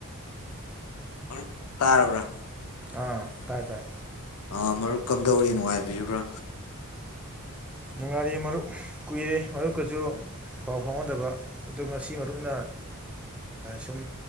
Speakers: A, on the left; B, in the centre.
A: ꯃꯔꯨꯞ ꯇꯥꯔꯕ꯭ꯔꯥ꯫
B: ꯑꯥ ꯇꯥꯏ-ꯇꯥꯏ꯫
A: ꯑꯥ ꯃꯔꯨꯞ ꯀꯝꯗꯧꯔꯤ ꯅꯨꯡꯉꯥꯏꯕꯤꯔꯤꯕ꯭ꯔꯥ꯫
B: ꯅꯨꯡꯉꯥꯏꯔꯤ ꯃꯔꯨꯞ ꯀꯨꯏꯔꯦ ꯃꯔꯨꯞꯀꯁꯨ ꯄꯥꯎ ꯐꯥꯎꯅꯗꯕ ꯑꯗꯣ ꯉꯁꯤ ꯃꯔꯨꯞꯅ ꯁꯨꯝ